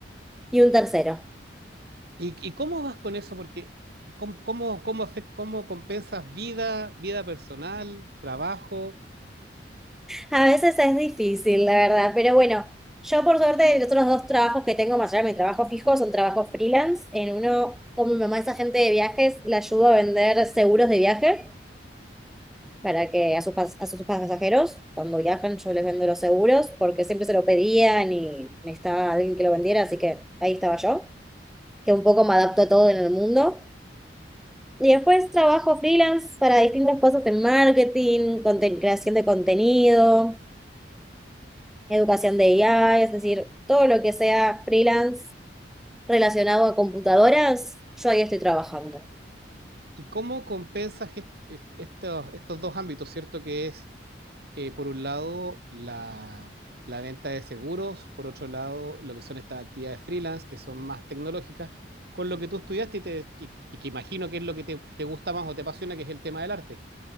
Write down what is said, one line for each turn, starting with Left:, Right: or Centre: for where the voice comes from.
Centre: y un tercero.
Right: ¿Y, y cómo vas con eso? Porque, ¿cómo, cómo, cómo afec- cómo compensas vida, vida personal, trabajo?
Centre: A veces es difícil, la verdad, pero bueno, yo por suerte los otros dos trabajos que tengo más allá de mi trabajo fijo son trabajos freelance. En uno, como mi mamá es agente de viajes, le ayudo a vender seguros de viaje para que a sus, pas- a sus pasajeros, cuando viajan, yo les vendo los seguros porque siempre se lo pedían y necesitaba alguien que lo vendiera, así que ahí estaba yo, que un poco me adapto a todo en el mundo. Y después trabajo freelance para distintas cosas en marketing, conten- creación de contenido. educación de IA, es decir, todo lo que sea freelance relacionado a computadoras, yo ahí estoy trabajando.
Right: ¿Y cómo compensas est- est- estos, estos dos ámbitos, ¿cierto? Que es eh, por un lado, la, la venta de seguros, por otro lado, lo que son estas actividades freelance, que son más tecnológicas, con lo que tú estudiaste y, te- y- y que imagino que es lo que te, te gusta más o te apasiona, que es el tema del arte.